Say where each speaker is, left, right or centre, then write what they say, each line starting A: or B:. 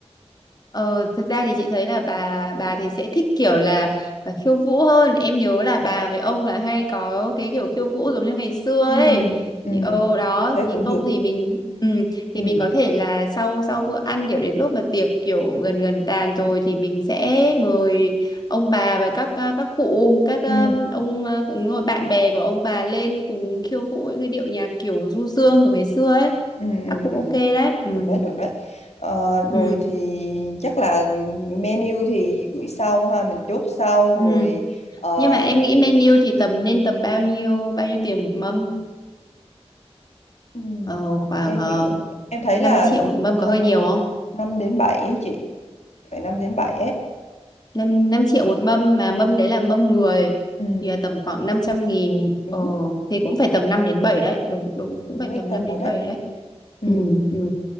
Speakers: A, on the left; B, on the left.
A: Ờ, thật ra thì chị thấy là bà bà thì sẽ thích kiểu là, là khiêu vũ hơn. Em nhớ là bà với ông là hay có cái kiểu khiêu vũ giống như ngày xưa
B: Ừ,
A: ấy.
B: ừ,
A: Thì, ờ đó
B: thế
A: thì
B: cũng
A: không
B: được.
A: thì mình ừ, thì
B: Ừ,
A: mình có thể là sau sau bữa ăn kiểu đến lúc mà tiệc kiểu gần gần tàn rồi thì mình sẽ mời ông bà và các ờ, các cụ các ờ,
B: ừ,
A: ông ờ, đúng rồi bạn bè của ông bà lên cùng khiêu vũ những cái điệu nhạc kiểu du dương của ngày xưa ấy.
B: ừ, ừ,
A: Các cụ
B: ừ.
A: ok đấy. Ừ.
B: Được đấy, được đấy. Ờ, rồi
A: Ừ.
B: thì chắc là menu thì gửi sau ha, mình chốt sau
A: Ừ.
B: rồi. Ờ,
A: nhưng mà em nghĩ menu thì tầm nên tầm bao nhiêu bao nhiêu tiền một mâm
B: Ừm,
A: ờ, khoảng
B: em nghĩ
A: uh,
B: em thấy
A: 5
B: là
A: triệu một mâm có
B: 5
A: hơi nhiều không
B: năm đến 7 ấy chị phải 5 đến 7 ấy
A: năm năm triệu một mâm mà mâm đấy là mâm 10
B: Ừm,
A: thì là tầm khoảng năm trăm nghìn
B: đúng
A: ờ, thì cũng phải tầm 5 đến 7 đấy đúng đúng cũng
B: đúng
A: phải
B: cái
A: tầm
B: tầm
A: 5
B: đó
A: đến
B: đấy
A: 7 đấy
B: Ừm,
A: ừ, ừ.